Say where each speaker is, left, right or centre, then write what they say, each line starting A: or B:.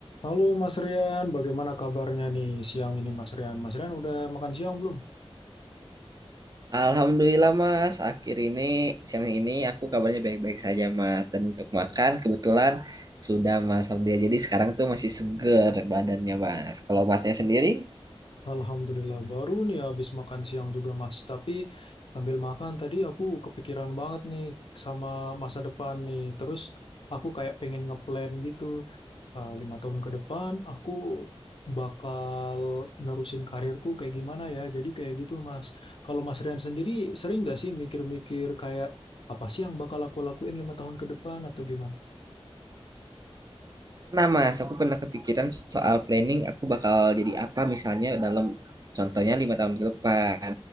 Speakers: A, on the left; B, on the right.
A: Halo Mas Rian, bagaimana kabarnya nih siang ini Mas Rian? Mas Rian udah makan siang belum?
B: Alhamdulillah Mas, akhir ini siang ini aku kabarnya baik-baik saja Mas. Dan untuk makan kebetulan sudah Mas, alhamdulillah. Jadi sekarang tuh masih seger badannya Mas. Kalau Masnya sendiri
A: Alhamdulillah baru nih habis makan siang juga Mas. Tapi sambil makan tadi aku kepikiran banget nih sama masa depan nih. Terus aku kayak pengen ngeplan gitu eh, lima tahun ke depan aku bakal nerusin karirku kayak gimana ya. Jadi kayak gitu Mas. Kalau Mas Rian sendiri sering gak sih mikir-mikir kayak apa sih yang bakal aku lakuin lima tahun ke depan atau gimana?
B: Pernah mas, aku pernah kepikiran soal planning aku bakal jadi apa misalnya dalam contohnya lima tahun ke depan.